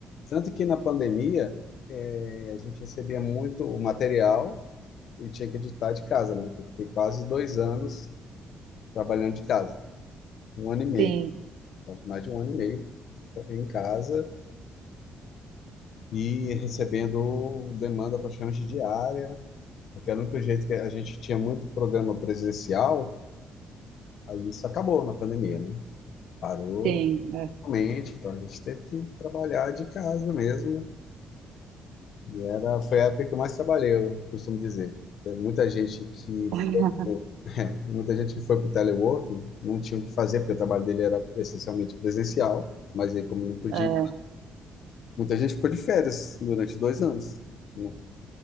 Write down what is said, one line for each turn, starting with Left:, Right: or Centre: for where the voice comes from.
Left: Tanto que na pandemia, eh, a gente recebia muito material e tinha que editar de casa, né? Eu fiquei quase dois anos trabalhando de casa, um ano e meio,
Right: Sim,
Left: quase mais de um ano e meio em casa e recebendo demanda praticamente diária, porque era o único jeito que a gente tinha muito programa presencial, aí isso acabou na pandemia, né? Parou
Right: sim. É,
Left: Realmente, então a gente teve que trabalhar de casa mesmo. E era, foi a época que eu mais trabalhei, eu costumo dizer. Tem muita gente que
Right: <laughs>
Left: foi, pro- muita gente que foi para o teleworking não tinha o que fazer, porque o trabalho dele era essencialmente presencial, mas aí como não podia,
Right: é
Left: muita gente ficou de férias durante dois anos. Não,